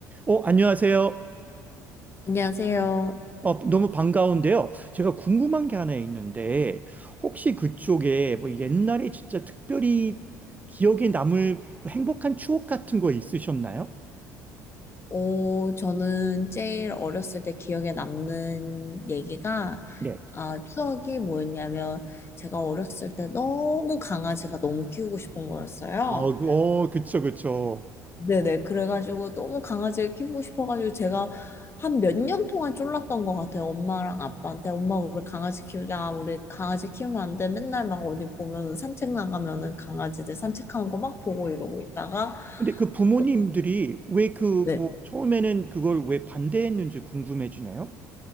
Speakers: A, on the right; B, on the left.
A: 어, 안녕하세요.
B: 안녕하세요.
A: 어, 너무 반가운데요. 제가 궁금한 게 하나 있는데, 혹시 그쪽에 뭐 옛날에 진짜 특별히 기억에 남을 뭐 행복한 추억 같은 거 있으셨나요?
B: 오, 저는 제일 어렸을 때 기억에 남는 얘기가,
A: 네.
B: 아, 추억이 뭐였냐면, 제가 어렸을 때 너무 강아지가 너무 키우고 싶은 거였어요.
A: 아, 그- 어, 그쵸, 그쵸.
B: 네네. 그래가지고 너무 강아지를 키우고 싶어가지고 제가 한 몇 년 동안 쫄랐던 것 같아요. 엄마랑 아빠한테. 엄마, 우리 강아지 키우자. 우리 강아지 키우면 안 돼. 맨날 막 어디 보면 산책 나가면은 강아지들 산책하는 거 막 보고 이러고 있다가,
A: 근데 그 부모님들이
B: 뭐,
A: 왜 그
B: 네.
A: 뭐 처음에는 그걸 왜 반대했는지 궁금해지네요.